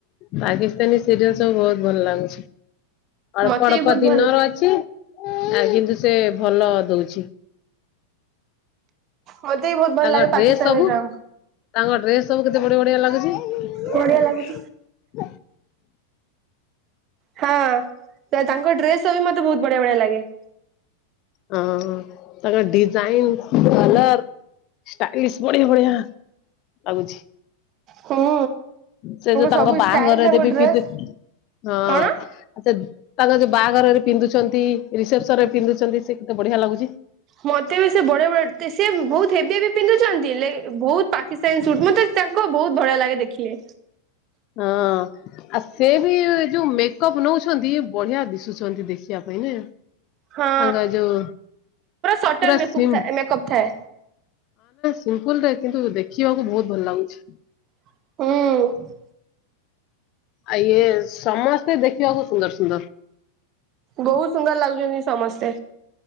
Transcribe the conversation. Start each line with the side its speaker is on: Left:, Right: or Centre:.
Left: ପାକିସ୍ତାନୀ ସିରିଏଲ ସବୁ ବହୁତ ଭଲ ଲାଗୁଛି ଅଳ୍ପ
Right: ମତେ
Left: ଅଳ୍ପ
Right: ବି ବହୁତ
Left: ଦିନର
Right: ଭଲ
Left: ଅଛି ଆଜିଠୁ ସେ ଭଲ ଦଉଛି ।
Right: ମତେ ବି ବହୁତ ଭଲ
Left: ତାଙ୍କ
Right: ଲାଗେ
Left: ଡ୍ରେସ୍
Right: ପାକିସ୍ତାନୀ
Left: ସବୁ
Right: ଡ୍ରାମା
Left: ତାଙ୍କ ଡ୍ରେସ ସବୁ କେତେ ବଢ଼ିଆ- ବଢ଼ିଆ ଲାଗୁଛି ।
Right: ବଢିଆ ଲାଗୁଛି। ହଁ ତାଙ୍କ ଡ୍ରେସ ବି ମତେ ବହୁତ ବଢ଼ିଆ - ବଢ଼ିଆ ଲାଗେ ।
Left: ହଁ ତାଙ୍କର ଡିଜ୍ଜାଇନ୍ କଲର ଷ୍ଟାଈଲିସ ବଢିଆ ବଢିଆ ଲାଗୁଛି। ହୁଁ।
Right: ହୁଁ
Left: ସେ ଯୋଉ ତାଙ୍କ
Right: ସବୁ
Left: ବାହାଘରରେ
Right: ଷ୍ଟାଇଲ ତାଙ୍କ
Left: ବି
Right: ଡ୍ରେସ
Left: ପିନ୍ଧେ, ହଁ
Right: କଣ?
Left: ସେ ତାଙ୍କ ଯୋଉ ବାହାଘରରେ ପିନ୍ଧୁଛନ୍ତି, ରିସେପ୍ସନ ରେ ପିନ୍ଧୁଛନ୍ତି ସେ କେତେ ବଢିଆ ଲାଗୁଛି।
Right: ମତେ ବି ସେ ବଢିଆ ବଢଆ, ସିଏ ବହୁତ ହେବି ହେବି ପିନ୍ଧୁଛନ୍ତି ହେଲେ ବହୁତ ପାକିସ୍ତାନୀ ସୁଟ୍, ମତେ ତାଙ୍କ ବହୁତ ବଢିଆ ଲାଗେ ଦେଖିଲେ।
Left: ହଁ ଆ ସେ ବି ଜୋଉ ମେ ମେକଅପ୍ ନଉଛନ୍ତି ବଢିଆ ଦିଶୁଛନ୍ତି ଦେଖିବା ପାଇଁ ନୁହେଁ ନା?
Right: ହଁ
Left: ତାଙ୍ଗା ଯୋଉ
Right: ସଟଲ
Left: ପୁରା
Right: ମେକଅପ୍
Left: ସିମ୍ପୁ
Right: ଥାଏ ମେକଅପ୍ ଥାଏ
Left: <unintelligible> ମ୍ପୁଲରେ କିନ୍ତୁ ଦେଖିବାକୁ ବହୁତ ଭଲ ଲାଗୁଛି।
Right: ହୁଁ।
Left: ଆ ଇଏ ସମସ୍ତେ ଦେଖିବାକୁ ସୁନ୍ଦର ସୁନ୍ଦର।
Right: ବହୁତ ସୁନ୍ଦର ଲାଗୁଛନ୍ତି ସମସ୍ତେ।